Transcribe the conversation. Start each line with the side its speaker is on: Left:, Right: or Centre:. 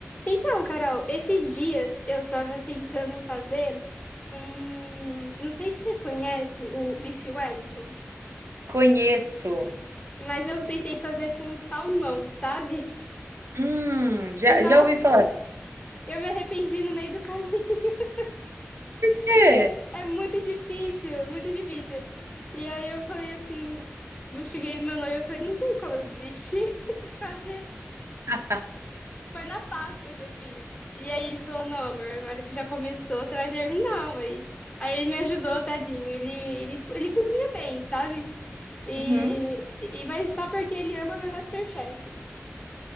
Left: Então, Carol, esses dias eu tava tentando fazer um. Não sei se você conhece o bife Wellington,
Right: Conheço.
Left: mas eu tentei fazer com salmão, sabe?
Right: Hum, já
Left: Nossa,
Right: já ouvi falar.
Left: eu me arrependi no meio do caminho, <laughs>
Right: "Quê?"
Left: porque é muito difícil, muito difícil. E aí eu falei assim, eu cheguei no meu noivo e falei, não tem como eu desistir <laughs> de fazer.
Right: <laughs>
Left: Foi na Páscoa que eu fiz. E aí ele falou: Não, amor, agora você já começou, você vai terminar, aí Aí ele me ajudou, tadinho. Ele, ele, ele cozinha bem, sabe? E,
Right: Uhum,
Left: e, mas só porque ele ama ver MasterChef.